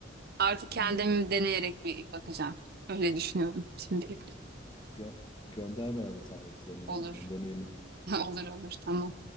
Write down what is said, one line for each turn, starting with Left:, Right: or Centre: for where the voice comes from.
Right: Artık kendimi
Left: Hmm.
Right: deneyerek bir bakacağım. Öyle düşünüyorum şimdilik.
Left: Gö- gönder bana da tariflerini
Right: Olur.
Left: lütfen. Deneyelim.
Right: <laughs> Olur olur tamam.